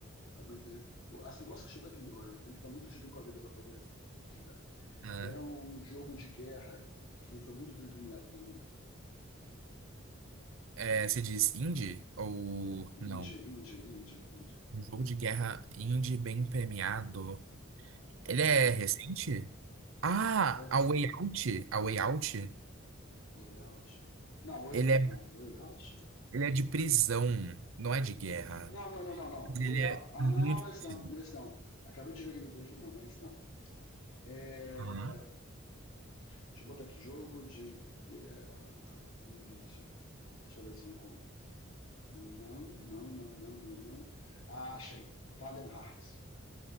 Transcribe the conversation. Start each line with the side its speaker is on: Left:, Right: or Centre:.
Left: também tenho que. Assim, eu gosto de Black Mirror, né? Eu tenho que estar muito de bem com a vida para poder, poder jogar.
Right: Ah,
Left: Era um jogo de guerra que foi muito bem premiado também.
Right: é, se diz indie ou não?
Left: Indie, indie, indie, indie.
Right: Um jogo de guerra indie bem premiado. Ele
Left: É.
Right: é recente? Ah,
Left: Edson,
Right: A Way Out. A Way Out.
Left: Way Out. Não, Way,
Right: Ele é,
Left: não, Way Out?
Right: ele é de prisão, não é de guerra.
Left: Não, não, não, não, não.
Right: Ele
Left: Way
Right: é
Left: Out. Ah,
Right: muito.
Left: não, não é esse
Right: parecido.
Left: não, nesse não. Acabei de ver gameplay aqui. Não, não é esse não. É,
Right: Uhum.
Left: Deixa eu botar aqui jogo de guerra indie. Deixa eu ver se eu encontro. Não, não, não, não, não, não. Ah, achei. Valiant Hearts.